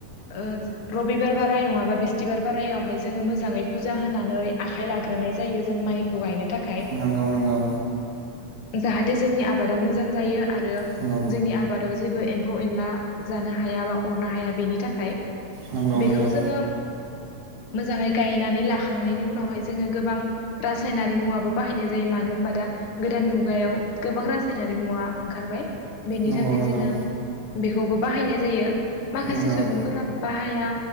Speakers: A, on the left (about 50°); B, on the right (about 85°).
A: ओ रबि बिबार बाराय नङाबा बिस थि बिबार बारायावहाय जोङो मोजाङै फुजा होनानै आखाइ लाग्रोनाय जायो जों माइखौ गायनो थाखाय
B: नोंगौ नोंगौ
A: जाहाथे जोंनि आबादा मोजां जायो आरो
B: नंगौ
A: जोंनि आबादाव जेबो एम्फौ एनला जानो हाया याबा अरनो हाया बेनि थाखाय
B: नोंगौ
A: बेखौ
B: नोंगौ
A: जोङो मोजाङै गायनानै लाखांनायनि उनावहाय जोङो गोबां रासायनारि मुवाबो बाहायनाय जायो मानो होनबा दा गोदान मुगायाव गोबां रासायनारि मुवा ओंखारबाय बेनि
B: नंगौ
A: थाखाय
B: नंगौ
A: जोङो बेखौबो बाहायनाय जायो माखासे
B: नंगौ
A: सुबुंफोरा बाहाया